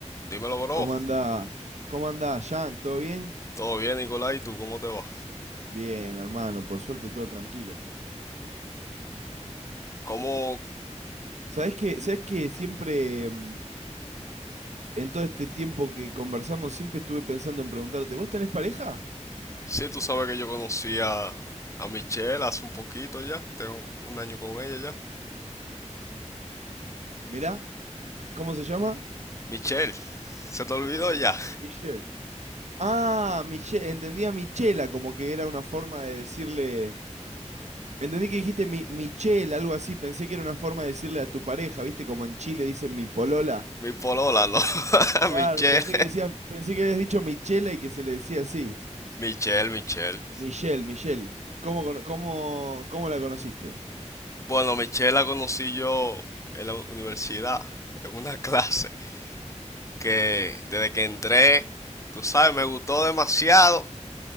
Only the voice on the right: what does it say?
¿Cómo anda? ¿Cómo anda, Yank? ¿Todo bien?
Bien, hermano, por suerte todo tranquilo.
¿Sabés que, sabés que siempre, mm, en todo este tiempo que conversamos, siempre estuve pensando en preguntarte, ¿vos tenés pareja?
Mirá, ¿cómo se llama?
Michelle. Ah, Michelle, entendía Michela, como que era una forma de decirle. Entendí que dijiste mi, Michelle, algo así, pensé que era una forma de decirle a tu pareja, ¿viste? Como en Chile dicen mi polola.
Claro,
pensé que decías, pensé que habías dicho Michela y que se le decía así.
Michelle, Michelle, ¿cómo, cono- cómo, cómo la conociste?